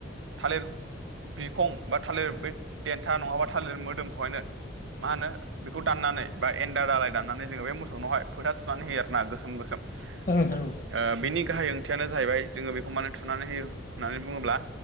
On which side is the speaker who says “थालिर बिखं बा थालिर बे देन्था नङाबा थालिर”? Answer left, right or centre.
Right